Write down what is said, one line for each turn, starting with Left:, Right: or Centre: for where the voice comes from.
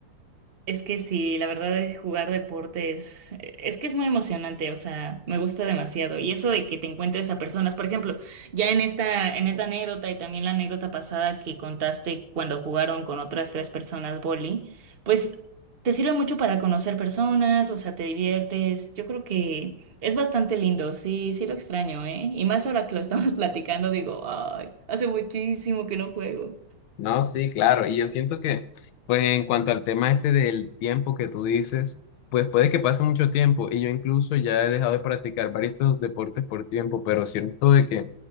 Right: Es que sí, la verdad es jugar deporte es, es que es muy emocionante, o sea, me gusta demasiado. Y eso de que te encuentres a personas, por ejemplo, ya en esta, en esta anécdota y también la anécdota pasada que contaste cuando jugaron con otras tres personas boli, pues te sirve mucho para conocer personas, o sea, te diviertes. Yo creo que es bastante lindo, sí, sí lo extraño, ¿eh? Y más ahora que lo estamos <laughs> platicando, digo, ay, hace muchísimo que no juego.
Left: No, sí, claro. Y yo siento que, pues en cuanto al tema ese del tiempo que tú dices, pues puede que pase mucho tiempo. Y yo incluso ya he dejado de practicar varios estos deportes por tiempo, pero siento de que